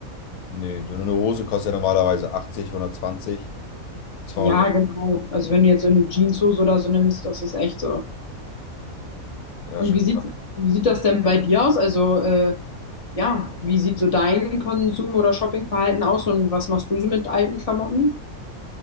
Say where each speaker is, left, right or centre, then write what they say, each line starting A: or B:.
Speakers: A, on the left; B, on the left.
A: Nee, so eine Hose kostet ja normalerweise achtzig, hundertzwanzig, zweihundert.
B: Ja, genau. Also
A: Euro.
B: wenn du jetzt so eine Jeanshose oder so nimmst, das ist echt so.
A: Ja,
B: Und
A: schon
B: wie sieht, wie sieht das denn bei dir aus? Also äh, ja, wie sieht so dein Konsum- oder Shoppingverhalten aus und was machst du so mit alten Klamotten?